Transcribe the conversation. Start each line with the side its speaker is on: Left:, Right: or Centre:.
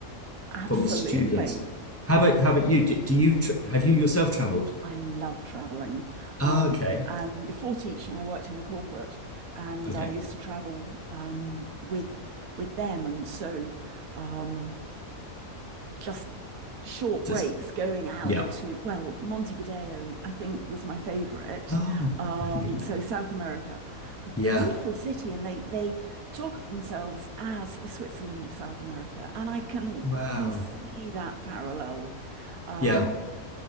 Left: from
Right: absolutely.
Left: the students. How about how about you? Do, do you tra- have you yourself travelled?
Right: I love traveling.
Left: Oh,
Right: Um,
Left: okay,
Right: and before teaching, I worked in a corporate and
Left: okay,
Right: I used to travel um with with them and so um just short
Left: just
Right: breaks going out
Left: yeah.
Right: to, well, Montevideo, I think was my favorite.
Left: Oh,
Right: Um,
Left: I haven't been there.
Right: so South America,
Left: Yeah.
Right: beautiful city, and they they talk of themselves as the Switzerland of South America, and I can
Left: Wow.
Right: can see that parallel. Um,
Left: Yeah.